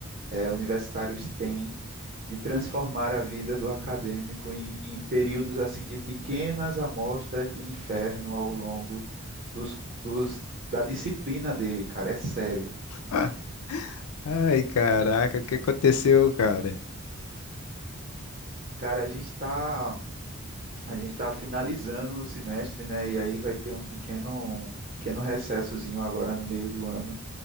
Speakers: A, on the right; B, on the left.
A: é, universitários têm de transformar a vida do acadêmico em, em períodos assim de pequenas amostras do inferno ao longo dos, dos, da disciplina dele, cara, é sério.
B: <laughs> Ai, caraca, o que aconteceu, cara?
A: Cara, a gente tá A gente está finalizando o semestre, né? E aí vai ter um pequeno, um pequeno recessozinho agora no meio do ano.